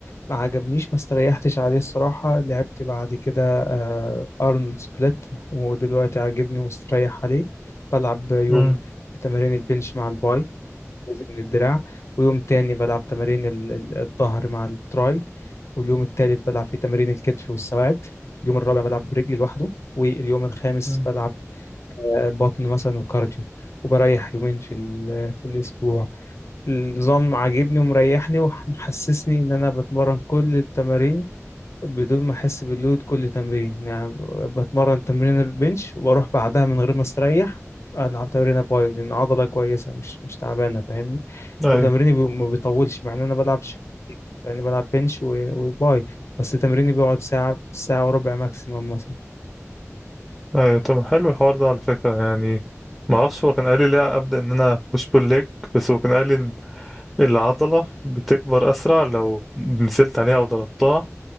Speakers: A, on the left (about 60°); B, in the centre.
A: ما عجبنيش ما استريحتش عليه الصراحه لعبت بعد كده آه ارنولد سبليت ودلوقتي عاجبني ومستريح عليه بلعب يوم
B: مم.
A: تمارين البنش مع الباي جزء من الدراع ويوم تاني بلعب تمارين ال- ال- الظهر مع التراي واليوم الثالث بلعب فيه تمارين الكتف والسواعد اليوم الرابع بلعب برجلي لوحده واليوم الخامس
B: مم.
A: بلعب آه، بطن مثلا وكارديو وبريح يومين في ال- في الأسبوع النظام عاجبني ومريحني ومحسسني إن أنا بتمرن كل التمارين بدون ما أحس باللود كل تمرين يعني بتمرن تمرين البنش وأروح بعدها من غير ما أستريح ألعب تمرين باي لأن عضلة كويسة مش مش تعبانة فاهمني
B: ايوه
A: وتمريني بي- ما بيطولش مع إن أنا بلعب يعني بلعب بنش و- وباي بس تمريني بيقعد ساعة ساعة وربع ماكسيمم مثلا
B: ايوه طب حلو الحوار ده على فكرة يعني ما اعرفش هو كان قال لي لا ابدأ ان انا بوش بول ليج بس هو كان قال لي العضلة بتكبر أسرع لو نزلت عليها أو ضربتها